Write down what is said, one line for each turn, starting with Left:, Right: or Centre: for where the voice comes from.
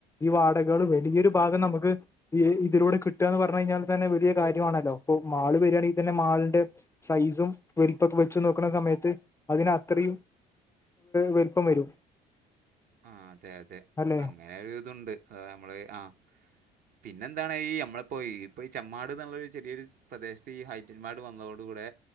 Left: ഈ വാടകളും വലിയൊരു ഭാഗം നമുക്ക് ഇ ഇതിലൂടെ കിട്ടുകാന്ന് പറഞ്ഞു കഴിഞ്ഞാൽ തന്നെ വലിയ കാര്യമാണല്ലോ അപ്പൊ മാൾ വരികയാണെങ്കിൽ തന്നെ മാളിന്റെ സൈസും വലിപ്പൊക്കെ വെച്ചു നോക്കണ സമയത്ത് അതിന് അത്രയും വലുപ്പം വരും
Right: ആഹ് അതെ അതെ
Left: അല്ലെ
Right: അങ്ങനെ ഒരു ഇതുണ്ട് അത് നമ്മള് ആ പിന്നെ ന്താണ് ഈ നമ്മളിപ്പോയി ഇപ്പൊ ഈ ചെമ്മാട് എന്നുള്ളരു ചെറിയൊരു പ്രദേശത്ത് ഈ ഹൈറ്റൽമ്മാട് വന്നതോട് കൂടെ